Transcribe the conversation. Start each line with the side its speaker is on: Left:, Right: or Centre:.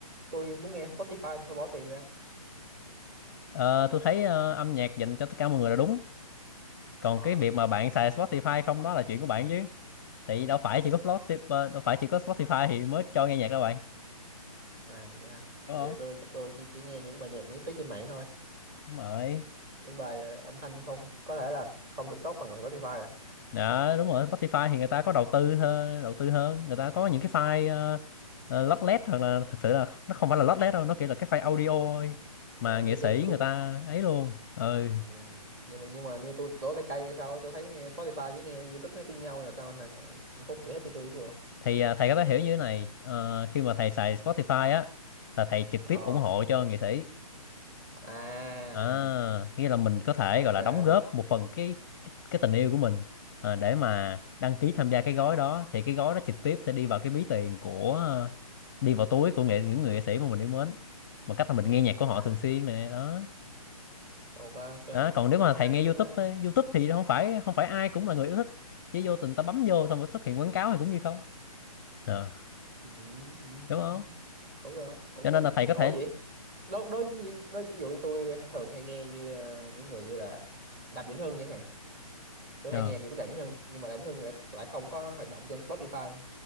Right: tôi muốn nghe Spotify tôi phải bỏ tiền ra
Left: Ờ, tôi thấy ờ, âm nhạc dành cho tất cả mọi người là đúng còn
Right: ờ
Left: cái việc mà bạn xài Spotify không đó là chuyện của bạn chứ tại vì đâu phải chỉ có Spotify đâu phải chỉ có Spotify thì mới cho nghe nhạc đâu bạn
Right: à vậy ha
Left: đúng
Right: vậy
Left: không
Right: tôi chắc tôi chỉ, chỉ nghe những bài nhạc miễn phí trên mạng thôi
Left: đúng rồi
Right: những bài ờ, âm thanh không có lẽ là không được tốt bằng Spotify à
Left: Dạ đúng rồi, Spotify thì người ta có đầu tư hơn, đầu tư hơn,
Right: ừ.
Left: người ta có những cái file uh, lót lét hoặc là thực sự là nó không phải là lót lét đâu, nó kiểu là cái file audio thôi
Right: nhưng
Left: mà
Right: mà như
Left: nghệ sĩ
Right: tôi tôi
Left: người ta ấy luôn. Ừ
Right: ừ. nhưng mà nhưng mà như tôi lỗ tay cây hay sao á, tôi thấy nghe Spotify với nghe YouTube nó như nhau là sao anh, anh Phúc giải thích cho tôi biết được không
Left: thì ờ, thầy có thể hiểu như thế này, ờ, khi mà thầy xài Spotify á là thầy trực
Right: ờ
Left: tiếp ủng hộ cho nghệ sĩ.
Right: à
Left: À, nghĩa là mình có thể
Right: ok
Left: gọi là đóng góp một phần cái cái, cái tình yêu của mình à, để mà đăng ký tham gia cái gói đó thì cái gói đó trực tiếp sẽ đi vào cái ví tiền của ờ, đi vào túi của nghệ những người nghệ sĩ mà mình yêu mến bằng cách là mình nghe nhạc của
Right: à
Left: họ thường xuyên nè đó
Right: ok ok
Left: đó còn nếu mà
Right: cũng
Left: thầy
Right: hay
Left: nghe
Right: cũng
Left: YouTube
Right: hay
Left: ấy, YouTube thì không phải không phải ai cũng là người yêu thích chứ vô tình ta bấm vô xong rồi xuất hiện quảng cáo thì cũng như không Ờ,
Right: ừ, ừ,
Left: đúng không
Right: ừ. cũng được cũng
Left: cho
Right: đúng
Left: nên là thầy có
Right: ủa
Left: thể
Right: vậy đối đối đối ví dụ như tôi thường hay nghe như ờ, những người như là Đàm Vĩnh Hưng chẳng hạn tôi
Left: ờ,
Right: hay nghe nhạc của Đàm Vĩnh Hưng nhưng mà Đàm Vĩnh Hưng lại lại không có hoạt động trên Spotify